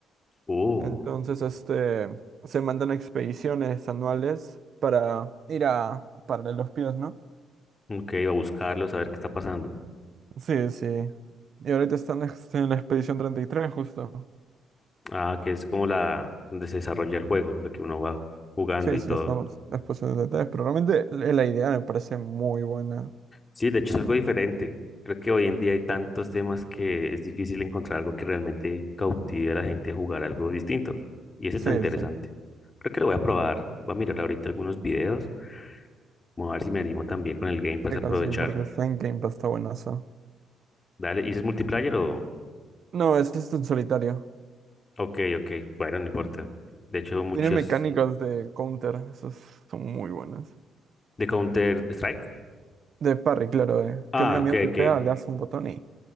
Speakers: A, on the left; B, on the right.
A: Oh,
B: Entonces, este, se mandan expediciones anuales para ir a pararle los pies, ¿no?
A: ok, voy a buscarlo, saber qué está pasando.
B: Sí, sí. Y ahorita están este, en la expedición 33 justo.
A: Ah, que es como la donde se desarrolla el juego, lo que uno va jugando
B: Sí,
A: y
B: sí,
A: todo.
B: estamos en la expedición 33, pero realmente la la idea me parece muy buena.
A: Sí, de hecho es algo diferente. Creo que hoy en día hay tantos temas que es difícil encontrar algo que realmente cautive a la gente a jugar algo distinto. Y ese
B: Sí,
A: está interesante.
B: sí.
A: Creo que lo voy a probar. Voy a mirar ahorita algunos videos. Vamos a ver si me animo también con el Game Pass
B: Sí,
A: a aprovechar.
B: claro, sí, porque está en Game Pass, está buenazo.
A: Dale, ¿y ese es multiplayer o...?
B: No, es este en solitario.
A: Ok, ok, bueno, no importa. De hecho, muchos
B: Tiene mecánicas de counter, esas son muy buenas.
A: de Counter-Strike.
B: De parry, claro, de
A: Ah,
B: que un enemigo
A: ok,
B: te
A: ok.
B: pega, le hace un botón y